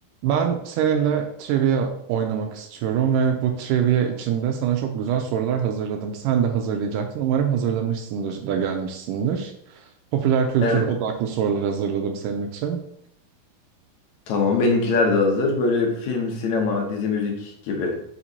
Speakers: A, on the right; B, on the left.
A: Ben seninle trivia oynamak istiyorum ve bu trivia içinde sana çok güzel sorular hazırladım. Sen de hazırlayacaktın. Umarım hazırlamışsındır da gelmişsindir. Popüler kültür
B: Evet,
A: odaklı sorular hazırladım senin için.
B: tamam. Benimkiler de hazır. Böyle film, sinema, dizi, müzik gibi